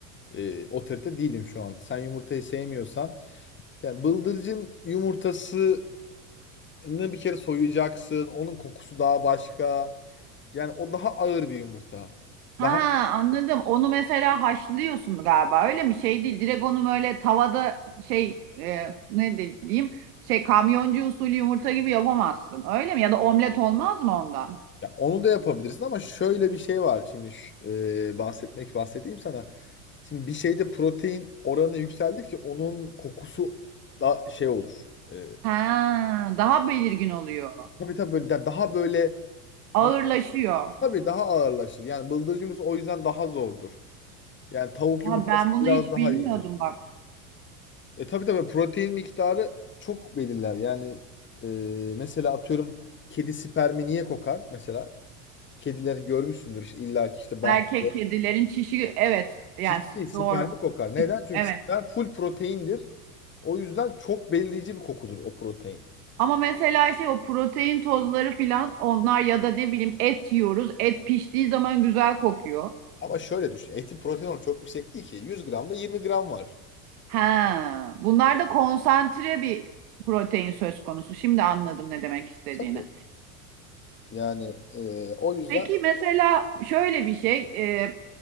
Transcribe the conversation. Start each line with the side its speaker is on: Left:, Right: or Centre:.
Left: e, otorite değilim şu an. Sen yumurtayı sevmiyorsan yani bıldırcın yumurtasını bir kere soyacaksın. Onun kokusu daha başka. Yani o daha ağır bir yumurta.
Right: Ha
Left: Daha
Right: anladım. Onu mesela haşlıyorsun galiba. Öyle mi? Şey değil. Direkt onu böyle tavada şey e, ne de- diyeyim? Şey kamyoncu usulü yumurta gibi yapamazsın. Öyle mi? Ya da omlet olmaz mı ondan?
Left: ya onu da yapabilirsin ama şöyle bir şey var. Şimdi ş- e, bahsetmek bahsedeyim sana. Şimdi bir şeyde protein oranı yükseldikçe onun kokusu da şey olur. E,
Right: Ha, daha belirgin oluyor.
Left: tabii tabii böyle da- daha böyle
Right: Ağırlaşıyor.
Left: nasıl tabii daha ağırlaşır. Yani bıldırcın yumurtası o yüzden daha zordur. Yani tavuk
Right: Ha,
Left: yumurtası
Right: ben bunu
Left: biraz
Right: hiç
Left: daha
Right: bilmiyordum
Left: iyidir.
Right: bak.
Left: E tabii tabii protein miktarı çok belirler. Yani e, mesela atıyorum kedi spermi niye kokar mesela? Kedileri görmüşsündür işte illa ki işte bahçede.
Right: Erkek kedilerin çişi evet yani
Left: Çiş
Right: s-
Left: değil, siperli
Right: doğru.
Left: kokar. Neden? Çünkü
Right: Evet.
Left: siper full proteindir. O yüzden çok belirleyici bir kokudur o protein.
Right: Ama mesela şey o protein tozları filan onlar ya da ne bileyim et yiyoruz. Et piştiği zaman güzel kokuyor.
Left: Ama şöyle düşün. Etin protein oranı çok yüksek değil ki. 100 gramda 20 gram var.
Right: Ha, bunlar da konsantre bir protein söz konusu. Şimdi anladım ne demek istediğini.
Left: Tabii. Yani e, o yüzden
Right: Peki mesela şöyle bir şey, e,